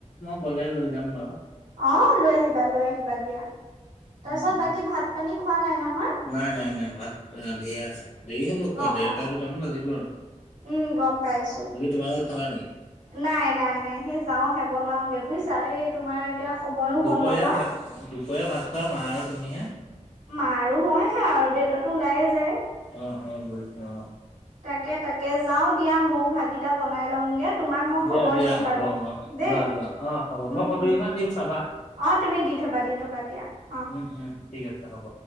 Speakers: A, on the left (about 70°); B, on the right (about 90°).
A: কলে লৈ যাম বাৰু?
B: অ', লৈ আহিবা লৈ আহিবা দিয়া তাৰপিছত
A: উম, উম।
B: বাকী ভাত পানী খোৱা নাই নহয়?
A: নাই - নাই - নাই ভাত ৰান্ধিয়ে আছে দেৰি হ'ব খোৱা
B: অ
A: দেৰটা
B: অ
A: দুটামান বাজিব আৰু
B: উম, গম পাইছো
A: বাকী তোমালোকে খালা নেকি?
B: নাই - নাই - নাই, সেই যাওঁ হে বনাওগে বুজিছা। এই তোমাৰ এতিয়া সময়ো
A: দুপৰীয়া
B: হ'ল নহয়।
A: ভাত <unintelligible> ভাত খোৱা মা আৰু তুমিহে।
B: মাৰ আৰু মইহে আৰু দেউতাতো ওলায়ে যায়।
A: অ অ বহিছো অ।
B: তাকে-তাকে যাও দিয়া ময়ো ভাতকেইটা বনাই লওঁ। গে। তোমাক মই
A: দিয়া
B: খবৰ
A: দিয়া
B: দিম
A: হ'ব
B: বাৰু,
A: অ
B: দেই?
A: যোৱা যোৱা অ হ'ব
B: উম-
A: মই ফটো
B: উম।
A: কেইখন দিম চাবা
B: অ তুমি দি থবা, দি থবা দিয়া অ।
A: উম উম ঠিক আছে হ'ব।